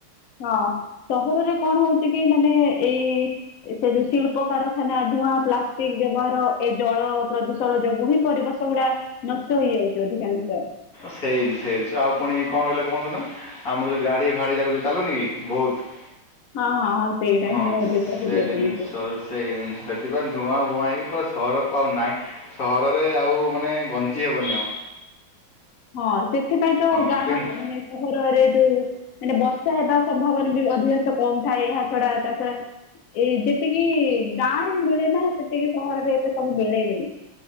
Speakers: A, on the left; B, on the left.
A: ହଁ ସହରରେ କଣ ହଉଛି କି ମାନେ ଏଇ ସେ ଯୋଉ ଶିଳ୍ପ କାରଖାନା ଧୂଆଁ ପ୍ଲାଷ୍ଟିକ ବ୍ୟବହାର ଏ ଜଳ ପ୍ରଦୂଷ ଜଳ ଯୋଗୁଁ ହିଁ ପରିବେଶ ଗୁଡା ନଷ୍ଟ ହେଇଯାଉଛି ଅଧିକାଂଶ।
B: ସେଇନି ସେଇିନିସ ଆଉ ପୁଣି କଣ ରହିଲା କୁହନ୍ତୁ ନା। ଆମର ଯୋଉ ଗାଡି ଫାଡି ଯାକ ଯୋଉ ଚାଲୁନି କି ବହୁତ।
A: ହଁ ହଁ ହଁ ସେଇଟା
B: ହଁ
A: ହିଁ ମୁଁ
B: ସେ
A: ଏବେ କହିଲି ଆପଣଙ୍କୁ
B: ଜିନଷ ସେଇ ସେଥିପାଇଁ ଧୂଆଁ ଫୁଆଁ ହେଇକି ପୁରା ସହର ଆଉ ନାହିଁ। ସହରରେ ଆଉ ମାନେ ବଞ୍ଚି ହେବନି ଆଉ।
A: ହଁ ସେଥିପାଇଁ ତ
B: ହଁ
A: ଗାଁ
B: କିନ୍ତୁ
A: ମାନ ମାନେ? ସହରରେ ଯୋଉ ମାନେ ବର୍ଷା ହେବା ସମ୍ଭାବନା ବି ଅଧିକାଂଶ କମ ଥାଏ। ଏହା ଛଡା ତା ଛଡା ଏଇ ଯେତିକି ଗାଁରେ ମିଳେ ନା ସେତିକି ସହରରେ ଏତେ ସବୁ ମିଳେନି?